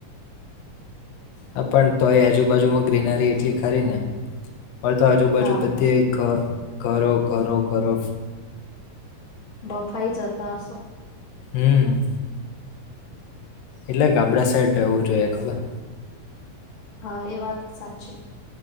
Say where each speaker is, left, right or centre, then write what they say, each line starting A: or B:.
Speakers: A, on the left (about 80°); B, on the left (about 50°).
A: હા પન તો એ આજુબાજુમાં ગ્રીનરી એટલી ખારી ને હય તો આજુબાજુ
B: હા
A: બધી ઘરો ઘરો ઘરો
B: બફાાઈ જતા હશો?
A: હમ્મ. એટલે ગામડા સાઈડ રહેવું જોઈએ ખબર.
B: હા એ વાત સાચી.